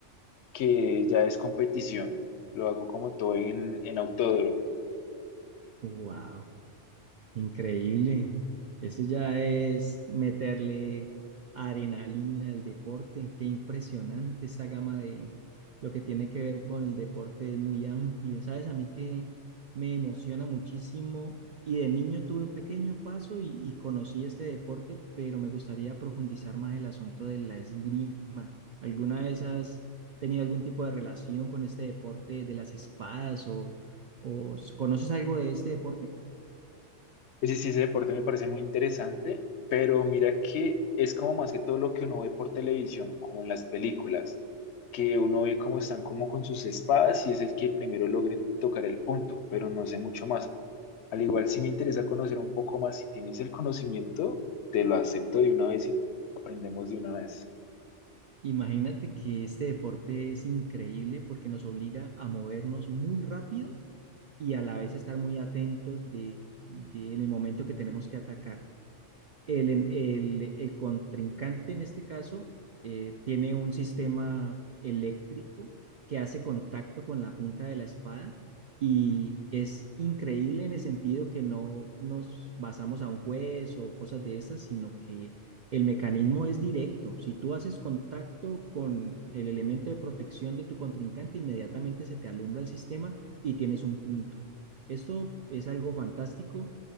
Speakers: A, on the left; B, on the right.
A: que ya es competición. Lo hago como todo en, en autódromo.
B: Wow. Increíble. Eso ya es meterle adrenalina al deporte. Qué impresionante esta gama de lo que tiene que ver con el deporte es muy amplio. Sabes, a mí que me emociona muchísimo y de niño tuve un pequeño paso y, y conocí este deporte, pero me gustaría profundizar más el asunto de la esgrima. ¿Alguna vez has tenido algún tipo de relación con este deporte de las espadas o, o conoces algo de este deporte?
A: Oye, sí, sí, ese deporte me parece muy interesante, pero mira que es como más que todo lo que uno ve por televisión, como en las películas, que uno ve cómo están como con sus espadas y es el que primero logre tocar el punto, pero no sé mucho más. Al igual, si me interesa conocer un poco más, si tienes el conocimiento, te lo acepto de una vez y aprendemos de una vez.
B: Imagínate que este deporte es increíble porque nos obliga a movernos muy rápido y a la vez estar muy atentos de, de en el momento que tenemos que atacar el, el- el contrincante en este caso eh, tiene un sistema eléctrico que hace contacto con la punta de la espada y es increíble en el sentido que no nos basamos a un juez o cosas de esas, sino que el mecanismo es directo. Si tú haces contacto con el elemento de protección de tu contrincante, inmediatamente se te alumbra el sistema y tienes un punto. Esto es algo fantástico